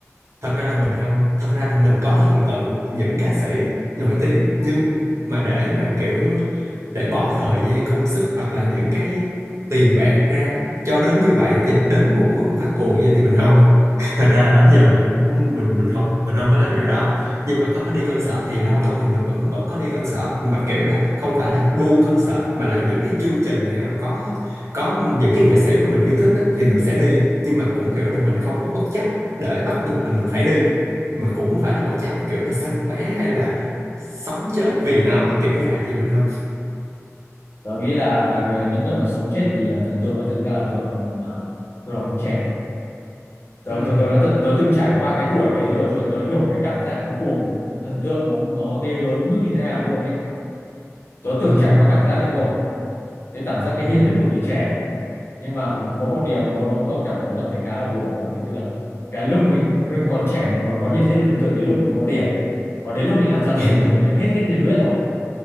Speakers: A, on the right (about 65°); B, on the left (about 50°).
A: thật ra là mình không thật ra là mình có thần tượng những ca sĩ nổi tiếng nhưng mà để mà kiểu để bỏ thời gian công sức hoặc là những cái tiền bạc ra cho đến như vậy thì đến một mức mình phát cuồng như thì mình không thật ra là đó giờ mình cũng mình mình không mình không có làm điều đó nhưng mà có đi concert thì lâu lâu thì mình vẫn vẫn có đi concert mà kiểu là không phải là đu concert mà là những cái chương trình nào có có những cái nghệ sĩ mà mình yêu thích á, thì mình sẽ đi nhưng mà cũng kiểu là mình không có bất chấp để bắt buộc là mình phải đi mà cũng không phải là bất chấp theo kiểu là săn vé hay là sống chết vì nó kiểu vậy thì mình không
B: tớ nghĩ là ờ, những người mà sống chết vì ờ, thần tượng ấy, thực ra là thường là bọn ờ, thường là bọn trẻ tớ
A: ừ
B: tớ tớ nói thật là tớ từng trải qua cái tuổi đấy rồi cho nên tớ hiểu cái cảm giác nó cuồng thần tượng nó nó ghê gớm đến mức như thế nào luôn ấy tớ
A: ừ
B: từng trải qua cảm giác đấy rồi cái cảm giác cái
A: ồ
B: nhiệt huyết của tuổi trẻ nhưng mà có một điều nó nó có cảm tớ cảm thấy khá là buồn đó là gì tức là cái lúc mình mình còn trẻ mình còn có nhiệt huyết với thần tượng đến lúc mình không có tiền còn đến lúc mình làm ra
A: <laughs>
B: tiền thì mình lại hết hết nhiệt huyết rồi